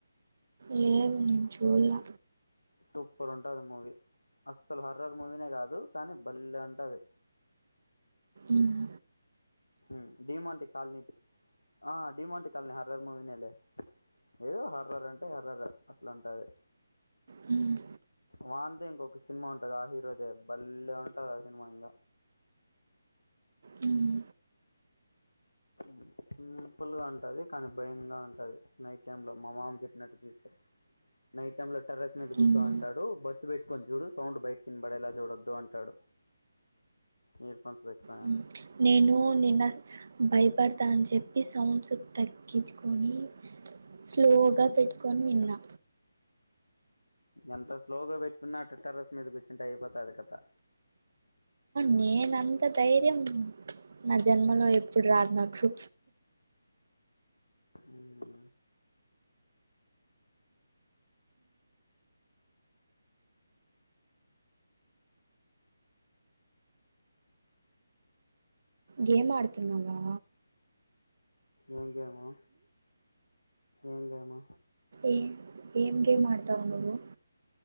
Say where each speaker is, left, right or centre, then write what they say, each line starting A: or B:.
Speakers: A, on the right (about 55°); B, on the left (about 80°).
A: లేదు నేను చూడ్లే
B: సూపర్ ఉంటది మూవీ అస్సలు హర్రర్ మూవీనే కాదు కానీ భల్లే ఉంటది
A: ఉమ్
B: మ్ డిమోంటి కాలనీ ఆ డిమోంటి కాలనీ హరర్ మూవినేలే ఏదో హర్రర్ అంటే హార్రర్ అట్లా ఉంటది
A: హ్మ్
B: వాన్తే ఇంకొక సినిమా ఉంటది ఆ హీరోదే భళ్లే ఉంటది ఆ సినిమా ఇంగ
A: హ్మ్
B: మ్ సింపుల్గా ఉంటది కానీ భయంగా ఉంటది నైట్ టైమ్లో మా మామ చెప్పినట్టు చూస్తే నైట్ టైమ్లో టెర్రస్ మీద
A: హ్మ్
B: కూర్చో అంటాడు బడ్స్ పెట్టుకొని చూడు సౌండ్ బయట కిందబడేలా చూడొద్దు అంటాడు ఇయర్ ఫోన్స్ పెట్టుకొన్
A: హ్మ్ నేను నిన్న భయపడతా అని చెప్పి సౌండ్స్ తగ్గించుకొని స్లోగా పెట్టుకొని విన్నా
B: ఎంత స్లోగా పెట్టుకున్నా అట్ట టెర్రస్ మీద కూర్చుంటే అయిపోతది కదా
A: నేనంత ధైర్యం నా జన్మలో ఎప్పుడు రాదు నాకు
B: ఉమ్
A: గేమ్ ఆడుతున్నావా
B: ఏం గేము ఏం గేము
A: ఏ ఏం గేమ్ అడ్తవ్ నువ్వు